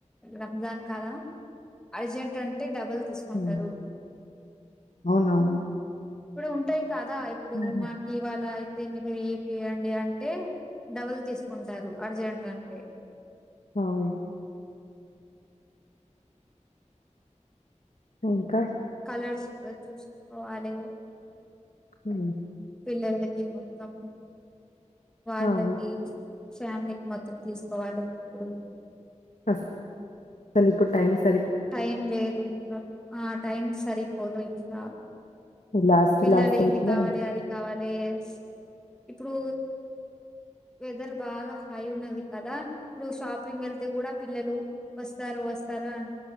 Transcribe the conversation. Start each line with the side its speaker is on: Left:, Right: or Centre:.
Centre: రంజాన్ కదా అర్జెంట్ అంటే డబల్ తీసుకుంటారు
Left: హు అవునవును
Centre: ఇప్పుడు ఉంటాయి కదా ఇప్పుడు
Left: హ్మ్.
Centre: మాకు ఇవాళ మీకు ఏపియండి అంటే, డబల్ తీసుకుంటారు అర్జెంట్ అంటే,
Left: ఆవును ఇంకా
Centre: కలర్స్ కూడా చూసుకోవాలి
Left: హు
Centre: పిల్లలకి మొత్తం వాళ్ళకి
Left: అవును
Centre: ఫ్యామిలీకి మొత్తం తీసుకోవాలి ఇప్పుడు,
Left: అసలు అసలు ఇప్పుడు టైం స
Centre: టైం లేదు ఆ టైమ్ సరిపోదు ఇంకా
Left: లాస్ట్
Centre: పిల్లలు
Left: లాస్ట్ వీక్
Centre: ఇది
Left: లో
Centre: కావాలి అది కావాలి వేస్ ఇప్పుడు వెదర్ బాగా హే ఉన్నది కదా ఇప్పుడు షాపింగ్ వెళ్తే కూడా పిల్లలు వస్తారు వస్తారుఅ